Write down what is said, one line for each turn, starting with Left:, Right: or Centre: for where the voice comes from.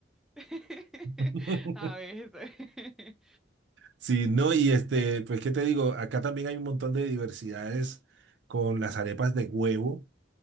Centre: <laughs>
Right: <laughs>
Centre: A ver, <laughs>
Right: Sí, no, y este, pues qué te digo, acá también hay un montón de diversidades con las arepas de huevo.